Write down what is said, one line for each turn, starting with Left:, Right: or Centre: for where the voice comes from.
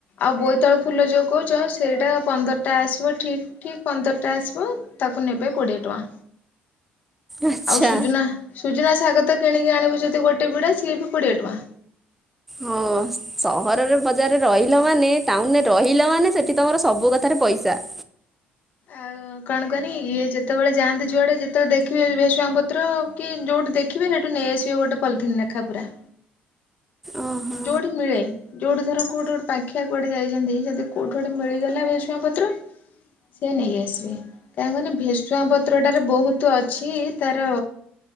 Left: ଆଉ ବୋଇତାଳୁ ଫୁଲ ଯେଉଁ କହୁଛ ସେଇଟା ପନ୍ଦରଟା ଆସିବ ଠିକ୍ ଠିକ ପନ୍ଦରଟା ଆସିବ ତାକୁ ନେବେ କୋଡ଼ିଏ ଟଙ୍କା।
Centre: ଆଚ୍ଛା
Left: ଆଉ ସୁଜନା ସୁଜନା ଶାଗ ତ କିଣିକି ଆଣିବୁ ଯଦି ଗୋଟେ ବିଡ଼ା ସିଏ ବି କୋଡ଼ିଏ ଟଙ୍କା।
Centre: ହଁ ସହରରେ ବଜାରରେ ରହିଲ ମାନେ ଟାଉନରେ ରହିଲ ମାନେ ସେଠି ତମର ସବୁ କଥାରେ ପଇସା।
Left: ଆଉ କଣ କନି ଇଏ ଯେତେବେଳେ ଯାଆନ୍ତି ଯୁଆଡେ ଯେତେବେଳେ ଦେଖିବେ ଭେସୁଆଁ ପତ୍ର କି ଯୋଉଠି ଦେଖ ଦେଖିବେ ସେଇଠୁ ନେଇଆସିବେ ଗୋଟେ ପଲିଥିନି ନେଖା ପୁରା।
Centre: ଓହୋ
Left: ଯୋଉଠି ମିଳେ। ଯୋଉଠି ଥର କୋଉଠି ଗୋଟେ ପାଖିଆ କୁଆଡେ ଯାଇଛନ୍ତି ଯଦି କୋଉଠି ଗୋଟେ ମିଳିଗଲା ଭେସୁଗାଁ ପତ୍ର ସେ ନେଇ ଆସିବେ। କାହିଁକ ମାନ ଭେଷୁଆ ପତ୍ରଟାର ବହୁତ ଅଛି ତାର